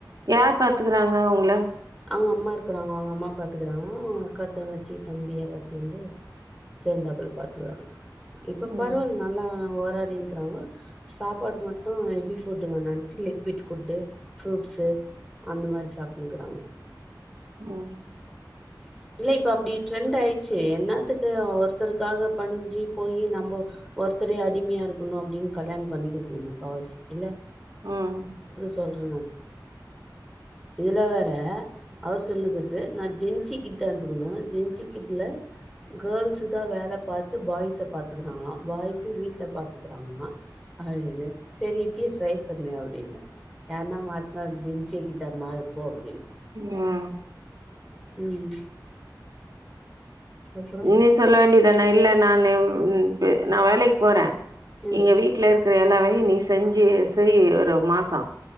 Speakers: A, on the right (about 60°); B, in the centre.
A: யார் பாத்துக்கறாங்க அவுங்கள
B: அவங்க அம்மா இருக்கிறாங்க அவங்க அம்மா பாத்துக்கறாங்க அவங்க அக்கா தங்கச்சி தம்பி எல்லா சேந்து சேர்ந்தாப்புள்ள பாத்துக்கறாங்க இப்ப
A: ம்
B: பரவால்ல நல்லா ஓராடிக்கின்றாங்க சாப்பாடு மட்டு ஹெபி ஃபுட் வேணான்ட்டு லிக்விட் ஃபுட்டு ஃப்ரூட்ஸ் அந்த மாரி சாப்டுனுக்கிறாங்க
A: ஒ
B: ம் இல்ல இப்ப அப்டி ட்ரெண்ட் ஆயிடுச்சு என்னாத்துக்கு ஒருத்தருக்காக பணிஞ்சு போயி நம்ம ஒரு ஒருத்தரே அடிமையா இருக்கனு அப்படின் கல்யாண பண்ணிக்கதுல முக்காவாசி இல்ல
A: ம்
B: சொல்ற நானு இதுல வேற அவர் சொல்லுங்கிறது நான் ஜென்சி கிட்டா இந்துக்கணு ஜென் பசிக்குதுல கேர்ள்ஸ் தா வேல பாத்து பாய்ஸ பாத்துக்குறாங்களா பாய்ஸ் வீட்ல பாத்துக்கிறாங்களா அழு சரி இப்பே ட்ரை பண்ணு அப்டின்னு யார்னா மாட்னா ஜென்சி கிட்டா மாரு போ அப்டின்னு
A: உ அ
B: ம் அப்றோ
A: நீ சொல்ல வேண்டியதான இல்ல நானு நா வேலைக்கு போறே
B: ம்
A: எங்க வீட்ல இருக்கிற எல்லாவையு நீ செஞ்சு செய் ஒரு மாச